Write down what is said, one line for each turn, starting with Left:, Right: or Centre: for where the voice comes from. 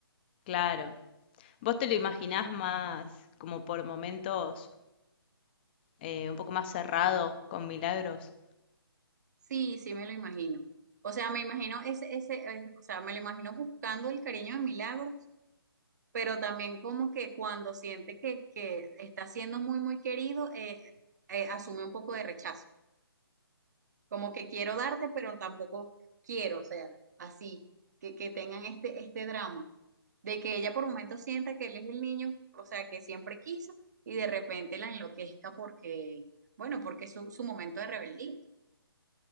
Left: claro. ¿Vos te lo imaginás más, como por momentos, eh, un poco más cerrado con Milagros?
Right: Sí, sí me lo imagino. O sea, me imagino ese, ese, eh, o sea, me lo imagino buscando el cariño de Milagro, pero también como que cuando siente que, que está siendo muy, muy querido, eh, eh, asume un poco de rechazo. Como que quiero darte, pero tampoco quiero, o sea, así, que, que tengan este, este drama, de que ella por momentos sienta que él es el niño, o sea, que siempre quiso, y de repente la enloquezca porque, bueno, porque es su, su momento de rebeldía,